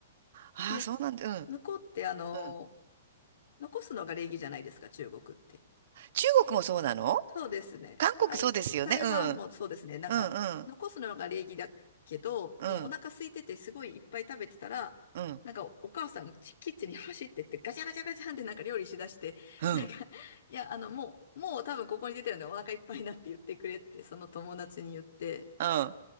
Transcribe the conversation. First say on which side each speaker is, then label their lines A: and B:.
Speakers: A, on the right (about 60°); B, on the left (about 70°).
A: ああ、
B: で、
A: そうなんだ。うん、
B: 向こうってあの
A: うん。
B: 残すのが礼儀じゃないですか、中国って。
A: 中国もそうなの
B: そうですね。
A: 韓国そうですよね。
B: 台、台湾もそうですね。
A: うん。
B: なんか、
A: うん、うん、
B: 残すのが礼儀だけど、
A: うん、
B: もうお腹空いててすごいいっぱい食べてたら、
A: うん、
B: なんかおお母さんがキキッチンに走ってってガチャガチャガチャンってなんか料理しだして、
A: うん。
B: なんか、<laughs> いや、あの、もう、もう多分ここに出てるんでお腹いっぱいだって言ってくれって、その友達に言って、
A: うん